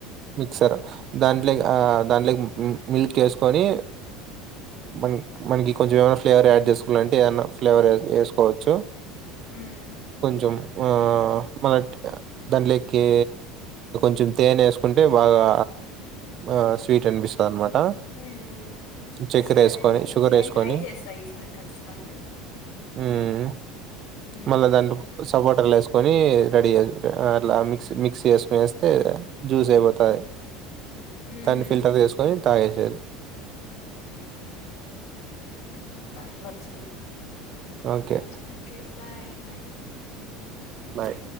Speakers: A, on the right; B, on the left.
A: మిక్సర్ దాంట్లోకి దాంట్లో మిల్క్ యేసుకొని మన మనకి కొంచెం ఏమైనా ఫ్లేవర్ యాడ్ చేసుకోవాల అంటే ఫ్లేవర్ యేసుకోవచ్చు
B: ఉమ్
A: కొంచెం ఆ మ దాంట్లేకి కొంచెం తేన వేసుకుంటే బాగా ఆ స్వీట్ అనిపిస్తది అనమాట
B: ఉమ్
A: చక్కెర
B: సరే
A: వేసుకొని
B: మరి
A: షుగర్
B: అయితే నేను
A: వేసుకొని
B: ట్రై చేస్తా ఈసారి ఖచ్చితంగా
A: ఉమ్
B: ఉమ్
A: మళ్ళా దాంట్లో సపోటలు యేసుకొని రడి జేసు లా మిక్స్ మిక్స్ చేసు జూస ఏబ యి
B: ఉహు
A: దాన్ని ఫిల్టర్ తీసుకొని తాగెసేది
B: తా ఎట్లా వచ్చిన్న
A: ఓకే.
B: ఓకే బా బాయ్
A: బాయి